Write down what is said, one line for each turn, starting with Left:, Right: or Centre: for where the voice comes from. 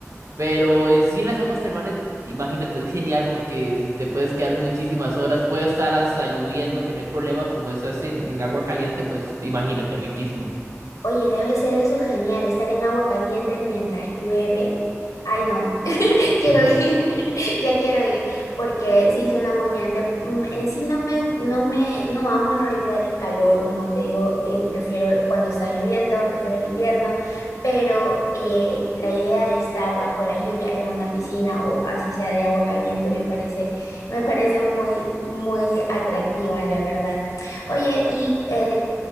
Right: pero en sí las aguas termales, imagínate, es genial porque es- te puedes quedar muchísimas horas, puede estar hasta lloviendo, que no hay problemas, como estás en, en agua caliente, pues imagínate, riquísimo.
Left: Oye, debe ser eso genial, estar en agua caliente mientras llueve. Ay, no, <laughs> quiero
Right: <laughs>
Left: ir, <laughs> ya quiero ir, porque sí suena muy bien. De- mm, en sí no me, no me, no amo en realidad el calor, como te digo, eh, prefiero cuando está lloviendo, prefiero el invierno, pero eh, la idea de estar bajo la lluvia en una piscina o así sea de agua caliente me parece, me parece muy, muy atractiva, la verdad. Oye, y eh,